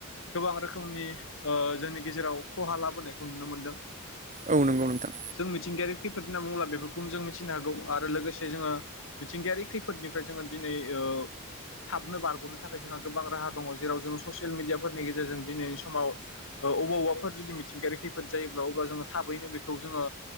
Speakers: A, on the left; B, on the right.
A: गोबां रोखोमनि ओ जोंनि गेजेराव खहा लाबोनायखौ नुनो मोनदों।
B: औ नंगौ नोंथां औ नंगौ नोंथां औ नंगौ नोंथां
A: जों मिथिंगायारि खैफोद होनना बुङोब्ला बेफोरखौनो जों मिथिनो हागौ आरो लोगोसे जोङो मिथिंगायारि खैफोदनिफ्राय जोङो दिनै ओ थाबनो बारग'नो थाखाय जोंहा गोबां राहा दङ जेराव जों ससियेल मिडियाफोरनि गेजेरजों दिनैनि समाव ओ अबाव अबाफोर जुदि मिथिंगायारि खैफोद जायोब्ला अबब्ला जोङो थाब थाबैनो बेखौ जोङो